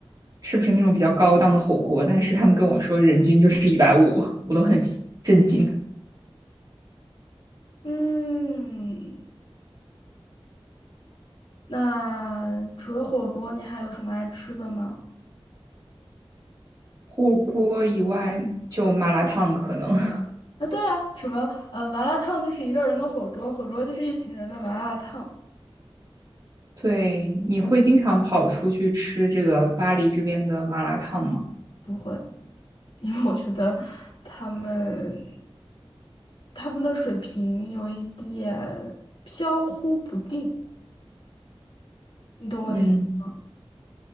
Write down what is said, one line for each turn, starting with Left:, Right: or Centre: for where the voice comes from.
Right: 是不是那种比较高档的火锅，但是他们跟我说人均就是一百五，我都很震惊。
Left: 嗯，那除了火锅，你还有什么爱吃的吗？
Right: 火锅以外就麻辣烫可能。<laughs>
Left: 啊，对啊，什么呃，麻辣烫就是一个人的火锅，火锅就是一群人的麻辣烫。
Right: 对，你会经常跑出去吃这个巴黎这边的麻辣烫吗？
Left: 不会 <laughs>，因为我觉得他们他们的水平有一点飘忽不定，你懂我的意思吗？
Right: 嗯，